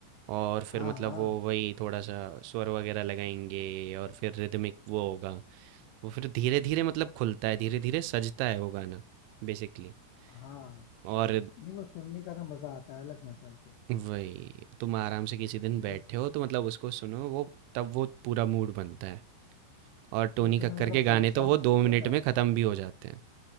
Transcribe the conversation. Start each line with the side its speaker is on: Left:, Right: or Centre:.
Right: और फिर
Left: हाँ
Right: मतलब
Left: हाँ
Right: वो वही थोड़ा सा स्वर वगैरह लगाएंगे और फिर रिदमिक वो होगा वो फिर धीरे धीरे मतलब खुलता है धीरे धीरे सजता है वो गाना बेसिकली
Left: हाँ
Right: और
Left: नहीं वो सुनने का ना मजा आता है अलग मजा आता है
Right: वही तुम आराम से किसी दिन बैठे
Left: वैसे
Right: हो तो मतलब उसको सुनो वो तब वो पूरा मूड बनता है और टोनी
Left: तो तुम्हें
Right: कक्कर
Left: मतलब
Right: के गाने
Left: सैड सॉन्ग्स
Right: तो वो दो
Left: पसंद
Right: मिनट
Left: है
Right: में ख़त्म भी हो जाते हैं